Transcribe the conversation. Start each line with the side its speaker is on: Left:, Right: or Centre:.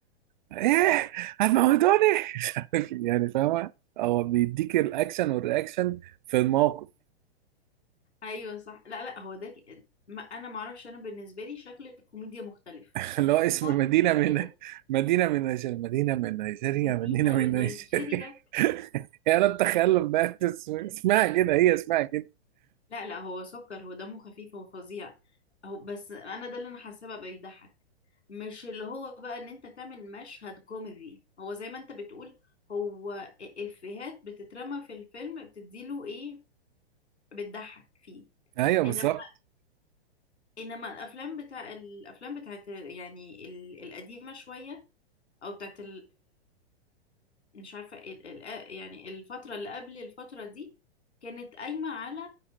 Right: ايه هتموتوني <laughs> مش عارف يعني فاهمة هو بيديك الاكشن والرياكشن في الموقف
Left: ايوه صح لا لا هو ده ك- ما انا ما اعرفش انا بالنسبه لي شكل الكوميديا مختلف
Right: <laughs> اللي هو اسم
Left: نوع
Right: مدينة
Left: الكوميديا
Right: من
Left: ده
Right: مدينة من نيجيريا مدينة من نيجيريا
Left: مدينه
Right: مدينة
Left: من
Right: من نيجيريا
Left: نيجيريا
Right: <laughs> يا رب تخيل بقى بس- اسمها كده هي اسمها كده
Left: لا لا هو سكر هو دمه خفيف هو فظيع هو بس انا ده اللي انا حاسه بقى بيضحك مش اللي هو بقى ان انت تعمل مشهد كوميدي هو زي ما انت بتقول هو افيهات بتترمى في الفيلم بتديله ايه بتضحك فيه
Right: ايوه
Left: انما
Right: بالظبط
Left: انما الافلام بتاع الافلام بتاعت يعني ال- القديمه شويه او بتاعت مش عارفة إيه، ال- ال- آه، يعني الفترة اللي قبل الفترة دي كانت قايمة على